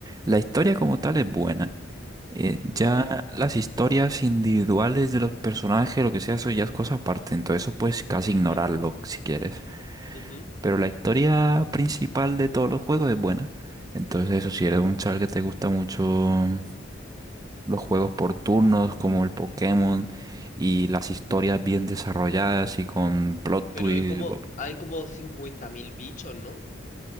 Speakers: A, on the right; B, on the left.
A: la historia como tal es buena. Eh, ya
B: ujú,
A: las historias individuales de los personajes, lo que sea, eso ya es cosa aparte. Entonces eso puedes casi
B: ujú,
A: ignorarlo si quieres.
B: ujú,
A: Pero la historia principal de todos los juegos es buena. Entonces, eso, si
B: ujú.
A: eres un chaval que te gusta mucho mm, los juegos por turnos, como el Pokémon, y las historias bien desarrolladas y con plot twist,
B: Pero hay como,
A: wow.
B: hay como 50.000 bichos, ¿no?